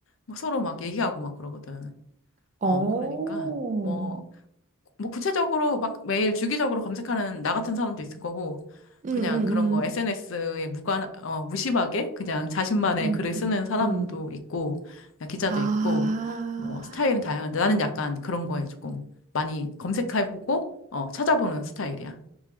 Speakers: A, on the left (about 60°); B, on the right (about 35°).
A: 막 서로 막 얘기하고 막 그러거든.
B: 어,
A: 어, 그러니까, 뭐, 뭐, 구체적으로 막 매일 주기적으로 검색하는 나 같은 사람도 있을 거고,
B: 응,
A: 그냥
B: 응,
A: 그런
B: 응,
A: 거 SNS에 무관, 어, 무심하게 그냥 자신만의
B: 응,
A: 글을
B: 응,
A: 쓰는 사람도
B: 응.
A: 있고, 그냥 기자도
B: 아,
A: 있고, 뭐, 스타일은 다양한데 나는 약간 그런 거에 조금 많이 검색해보고, 어, 찾아보는 스타일이야.